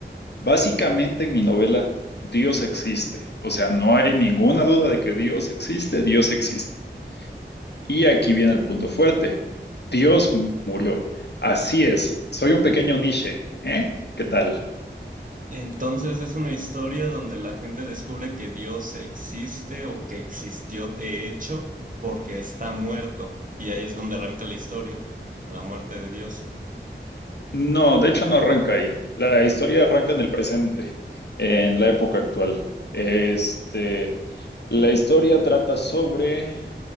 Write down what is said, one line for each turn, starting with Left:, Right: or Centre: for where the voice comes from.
Left: Básicamente en mi novela, Dios existe. O sea, no hay ninguna duda de que Dios existe, Dios existe. Y aquí viene el punto fuerte. Dios murió. Así es. Soy un pequeño Nietzsche. ¿Eh? ¿Qué tal?
Right: Entonces es una historia donde la gente descubre que Dios existe o que existió de hecho porque está muerto. Y ahí es donde arranca la historia, en la muerte de Dios.
Left: No, de hecho no arranca ahí. La historia arranca en el presente, en la época actual. Este, La historia trata sobre...